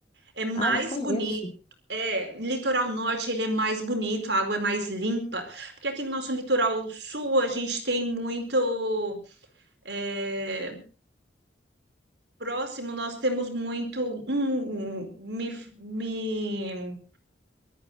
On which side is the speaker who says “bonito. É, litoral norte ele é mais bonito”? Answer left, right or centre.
Right